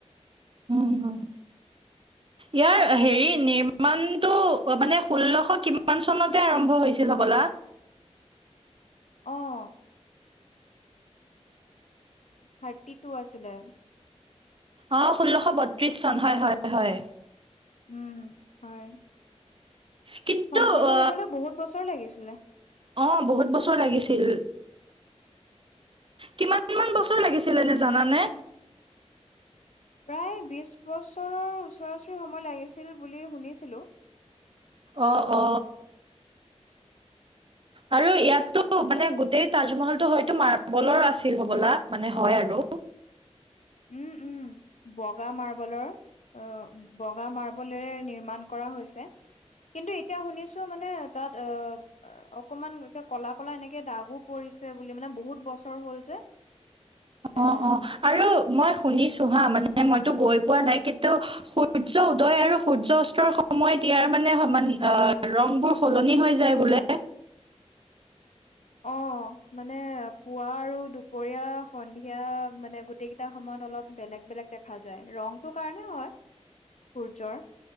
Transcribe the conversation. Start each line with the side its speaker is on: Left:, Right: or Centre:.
Left: <inaudible>
Right: উম, উম। ইয়াৰ হেৰি নিৰ্মাণটো মানে ষোল্লশ কিমান চনতে আৰম্ভ হৈছিল হবলা
Left: অঁ থাৰ্টি টু আছিলে।
Right: অ ষোল্লশ বত্ৰিশ চন হয় হয় হয়
Left: উম হয়
Right: কিন্তু
Left: সম্পূৰ্ণ
Right: অ
Left: হবলৈও বহুত বছৰ লাগিছিলে।
Right: অ বহুত বছৰ লাগিছিল। কিমান মান বছৰ লাগিছিলে নে জানানে?
Left: প্ৰায় বিশ বছৰৰ ওচৰা ওচৰি সময় লাগিছিল বুলি শুনিছিলোঁ
Right: অ অ আৰু ইয়াতো মানে গোটেই তাজমহলটো হয়তো মাৰ্বলৰ আছিল হ'বলা মানে হয় আৰু
Left: উম উম বগা মাৰ্বলৰ অহ বগা মাৰ্বলেৰে নিৰ্মাণ কৰা হৈছে। কিন্তু এতিয়া শুনিছো মানে তাত আ অকমান এ কলা কলা এনেকে দাগো পৰিছে বুলি মানে বহুত বছৰ হ'ল যে। এ
Right: অ', অ', আৰু মই শুনিছো হা মানে মইতো গৈ পোৱা নাই কিন্তু সূৰ্য উদয় আৰু সূৰ্য অস্তৰ সময়ত ইয়াৰ মানে সমান অ' ৰংবোৰ সলনি হৈ যায় বোলে?
Left: অ', মানে পুৱা আৰু দুপৰীয়া সন্ধিয়া মানে গো গোটেইকেইটা সময়ত অলপ বেলেগ বেলেগ দেখা যায়, ৰংটো কাৰণে হয় সূৰ্যৰ।